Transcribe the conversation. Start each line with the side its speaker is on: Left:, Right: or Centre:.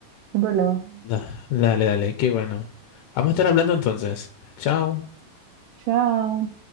Right: sin problema.
Left: Da- dale, dale, qué bueno. Vamos a estar hablando entonces. Chao.
Right: chao